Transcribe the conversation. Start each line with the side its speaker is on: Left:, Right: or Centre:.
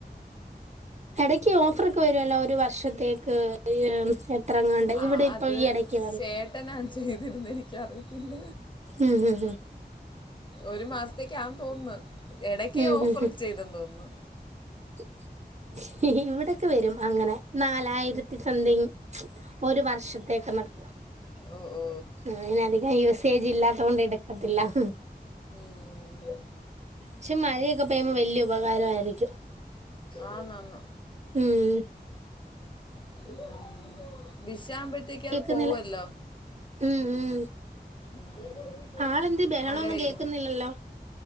Right: എടക്ക് ഓഫാറൊക്കെ വരുല്ലോ ഒരു വർഷ <unintelligible> ത്രങ്ങാണ്ടെ
Left: ആ
Right: ഇവിടെ ഇപ്പ
Left: അത്
Right: ഈ എടക്ക്
Left: ചേട്ടനാ ചെയ്തിര്ന്നെ എനിക്കറിയത്തില്ല
Right: ഉം ഉം
Left: ഒരു മാസത്തേക്കാ തോന്ന്ന്ന് എടയ്ക്ക്
Right: ഉം ഉം
Left: ഓഫർ
Right: ഉം ഉം
Left: ചെയ്തെന്തോന്നുന്നു
Right: <unintelligible> ഇവിടൊക്കെ വരും അങ്ങനെ നാലായിരത്തി സംതിങ് ഒരു വർഷത്തേക്ക് ന്ന്ക്കൊ
Left: ഓ ഓ
Right: ആ അധികം യൂസേജ് ഇല്ലാത്ത കൊണ്ട് എടുക്കത്തില്ല ഹ്
Left: ഉം
Right: പക്ഷെ മഴയൊക്കെ പെയ്യുമ്പോ വല്യ ഉപകാരായിരിക്കും
Left: ആന്നാന്ന്
Right: ഉം
Left: ഉം മിക് റ്റ കുമ്പോഴത്തേക്ക് അത്
Right: കേക്കുന്നില്ല
Left: പോവല്ലോ
Right: ഉം ഉം
Left: ഉം
Right: ആളെന്ത് ബഹളൊന്നും
Left: മഴ പെയ്യും
Right: കേക്കുന്നില്ലല്ലോ